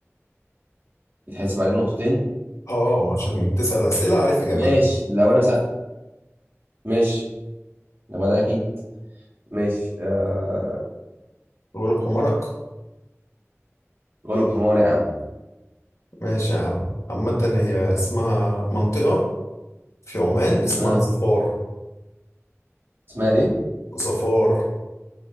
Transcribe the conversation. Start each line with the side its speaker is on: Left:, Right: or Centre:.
Right: يتحسب عليه نقطتين
Left: أه عشان تسأل أسئلة عارف إجابتها
Right: ماشي لو انا سالت ماشي لما ده اكيد ماشي آه...
Left: غلب حمارك
Right: غلب حمار يا عم
Left: ماشي يا عم عامة هي اسمها منطقة في عمان اسمها
Right: آه.
Left: ظفار
Right: اسمها ايه
Left: ظفار